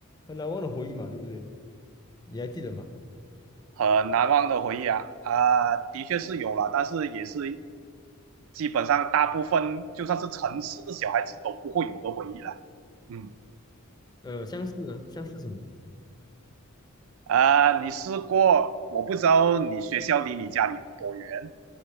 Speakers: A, on the left; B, on the right.
A: 很难忘的回忆嘛，对不对？你还记得吗？
B: 很难忘的回忆啊，啊、的确是有了，但是也是基本上大部分就算是城市的小孩子都不会有的回忆了。嗯。
A: 呃，相似呢，相似什么？
B: 啊、呃你试过？我不知道你学校离你家里有多远，